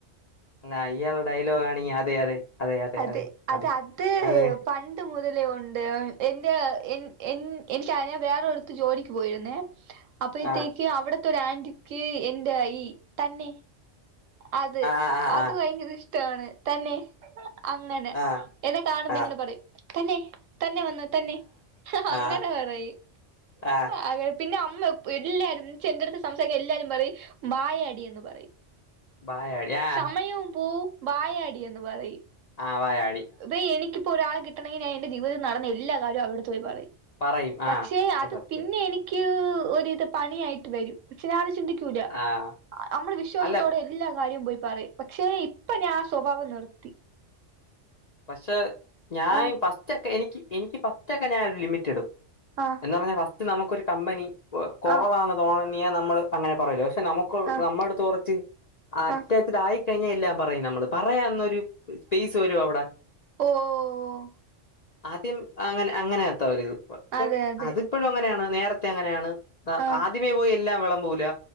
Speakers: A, on the left (about 40°); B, on the right (about 80°).
A: അല്ല അയാള ഡയലോഗാണെങ്കി അതെ അതെ അതെ അതെ
B: അത
A: അതെ
B: അത്
A: അതെ
B: അത്
A: അതെ
B: പണ്ട് മുതലേ ഉണ്ട് എന്റെ എൻ എൻ റിയവേറൊരിടത്ത് ജോലിക്ക് പോയിരുന്നേ അപ്പഴത്തേക്ക്
A: ആ
B: അവിടെ ടുത്തൊരാന്റിക്ക് എന്റെ ഈ തന്നേ അത്
A: ആ ആ
B: അത്
A: ആ
B: ഭയങ്കര ഇഷ്ട ഇഷ്ടാണ് തന്നെ അങ്ങനെ
A: ആ
B: എന്നെ കാണുമ്പ
A: ആ
B: ഇങ്ങനെ പറയും. തന്നെ തന്നെ വന്നു തന്നെ അങ്ങനെ
A: ആ
B: പറയും
A: ആഹ്
B: അ പിന്നെ അമ്മ എല്ലാരും ചെ എന്റ അടുത്ത് സംസാരിക്കാൻ എല്ലാരും പറയും വായാടി എന്ന് പറയും.
A: വായാടി ആഹ്
B: സമയവും പോവും. വായാടിയെന്ന് പറി
A: ആഹ് വായാ
B: ബെ എനിക്ക് ഇപ്പോ ഒരാളെ കിട്ടണെങ്കി ഞാൻ എന്റെ <unintelligible> നടന്ന എല്ലാ കാര്യൊ അവരട്ത്ത് പോയി പറയ്
A: പറയും
B: പക്ഷെ
A: ആഹ്
B: അത്
A: സത്യം
B: പിന്നെ എനിക്ക് ക്ക് ഒരിത് പണിയായിട്ട് വരും. ക്ഷെ ഞാൻചിന്തിക്കൂല
A: ആഹ്
B: നമ്മുടെ വിശ്വാസത്തോടെ
A: അല്ല
B: എല്ലാം കാര്യം പോയി പറയും പക്ഷെ ഇപ്പൊ ഞാ ആ സ്വഭാവം നിർത്തി.
A: പക്ഷ ഞാൻ
B: ആഹ്
A: ഫസ്റ്റ് ഒക്കെ എനിക്ക് എനിക്ക് ഫസ്റ്റൊക്കെ ഞാനൊരു ലിമിറ്റ് ഇടും.
B: ആഹ്
A: എന്നാ പിന്നെ ക്ലാസ് നമുക്കൊരു കമ്പനി കുറവാണ്
B: ആഹ്
A: തോണെ ണിയാ നമ്മൾ അങ്ങനെ പറയല്ലോ പഷെ പക്ഷെ നമുക്ക്
B: ആഹ്
A: നമ്മളടുത്ത് കൊറച്ച് അറ്റാച്ചഡ്
B: ആഹ്
A: ആയി കഴിഞ്ഞാൽ എല്ലാം പറയും നമ്മള് പറയാന്നൊരു സ്പേസ് വരും അവിടെ
B: ഓഹ്
A: ആദ്യം അങ്ങനെ അങ്ങനെ എത്ത അവരിത് പക്ഷെ
B: അതെ അതെ
A: അതിപ്പഴും അങ്ങനെയാണ് നേര ത്തെ അങ്ങനെയാണ് ആ
B: ആഹ്
A: ആദ്യമേ പോയി എല്ലാം വെള പോവൂല